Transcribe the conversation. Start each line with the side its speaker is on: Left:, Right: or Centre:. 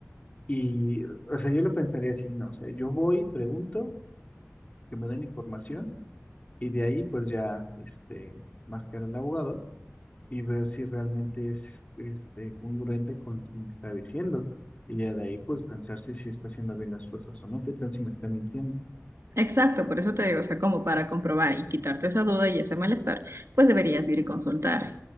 Left: y, o sea, yo lo pensaría así, ¿no? O sea, yo voy, pregunto, que me den información y de ahí, pues, ya, este, marcar al abogado y ver si realmente es, este, congruente con lo que me está diciendo y ya de ahí, pues, pensar si, si está haciendo bien las cosas o no, qué tal si me está mintiendo.
Right: Exacto, por eso te digo, o sea, como para comprobar y quitarte esa duda y ese malestar, pues deberías de ir y consultar.